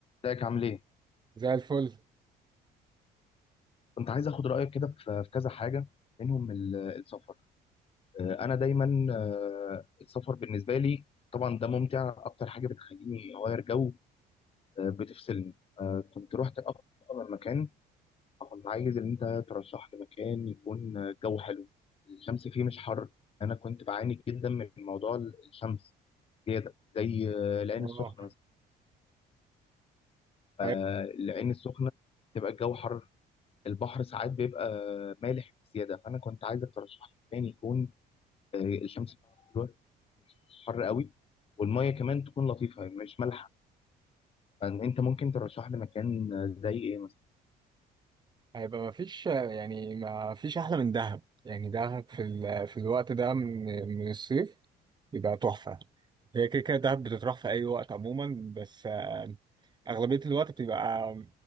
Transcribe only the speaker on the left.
ازيك عامل ايه؟
كنت عايز اخد رايك كده في في كذا حاجه منهم ال- السفر آه، انا دايما آه، السفر بالنسبه لي طبعا ده ممتع اكتر حاجه بتخليني اغير جو آه، بتفصلني آه، كنت رحت اكتر من مكان كنت عايز ان انت ترشح لي مكان يكون آه، جو حلو الشمس فيه مش حر انا كنت بعاني جدا من موضوع الشمس زياده زي آه، العين
السخنه مثلا آه،
العين السخنه تبقى الجو حر البحر ساعات بيبقى مالح بزياده فانا كنت عايزك ترشح لي مكان يكون آه، الشمس بتاعته حلوه مش حر قوي والميه كمان تكون لطيفه مش مالحه فإن انت ممكن ترشح لي مكان آه، زي ايه مثلا